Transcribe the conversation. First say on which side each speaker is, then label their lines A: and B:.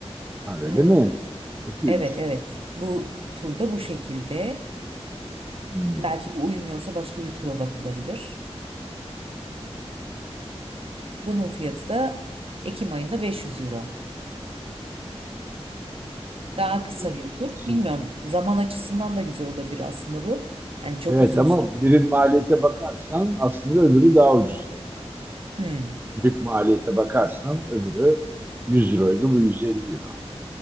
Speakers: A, on the right; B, on the right.
A: Ha, öyle
B: E,
A: mi? Kötüymüş.
B: evet evet bu turda bu şekilde.
A: Hmm.
B: Belki bu uyumuyorsa başka bir tura bakılabilir. Bunun fiyatı da Ekim ayında 500 euro.
A: Ekim
B: Daha
A: ayında
B: kısa
A: 500
B: bir tur.
A: lira. Aslında
B: Bilmiyorum zaman açısından da güzel olabilir aslında bu. Hani çok
A: Evet
B: uzun
A: ama
B: süre.
A: birim maliyete bakarsan aslında öbürü daha ucuzdu buna göre.
B: Hmm,
A: Günlük maliyete bakarsan öbürü 100 euroydu bu 150 euro.